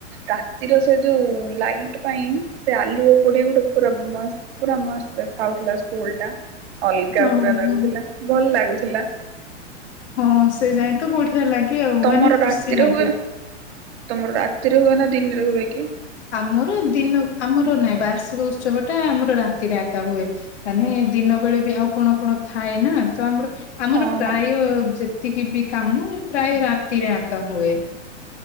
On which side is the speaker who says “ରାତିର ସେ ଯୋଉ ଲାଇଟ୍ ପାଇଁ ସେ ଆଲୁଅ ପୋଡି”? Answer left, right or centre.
Right